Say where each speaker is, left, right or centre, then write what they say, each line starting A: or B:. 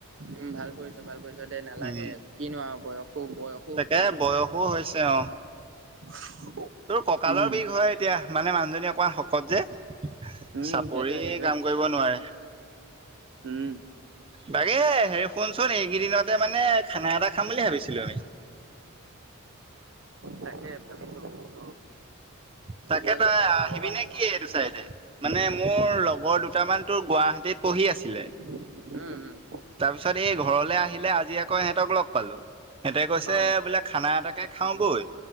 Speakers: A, on the right; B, on the right.
A: উম ভাল কৰিছ ভাল কৰিছ দে নালাগে
B: উম
A: কিনোৱা বয়সো বয়স
B: তাকে বয়সো হৈছে অ'।
A: <inaudible>
B: তোৰ কঁকালৰ
A: উম
B: বিষ হয় এতিয়া মানে মানুহজনী অকমান শকত যে,
A: উম
B: চাপৰি
A: সেইটোৱে সেইটোৱে
B: কাম কৰিব নোৱাৰে।
A: উম।
B: বাগে হে শুনচোন এইকেইদিনতে মানে খানা এটা খাম বুলি ভাবিছিলো আমি।
A: তাকে ভাবিছো ভাবিছো।
B: তাকে
A: মই
B: তই
A: কথাটো নভবা
B: আহিবি নে
A: নহয়
B: কি এইটো চাইডে? মানে মোৰ লগৰ দুটামান তোৰ গুৱাহাটীত পঢ়ি আছিলে।
A: উম, উম।
B: তাৰ পিছত এই ঘৰলে আহিলে আজি আকৌ সিহঁতক লগ পালো, সিহঁতে কৈছে
A: অ অ
B: বোলে খানা এটাকে খাও বৈ।